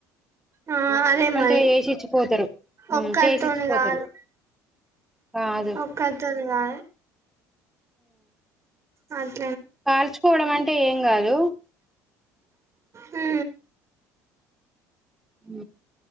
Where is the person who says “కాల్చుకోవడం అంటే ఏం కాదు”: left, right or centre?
Centre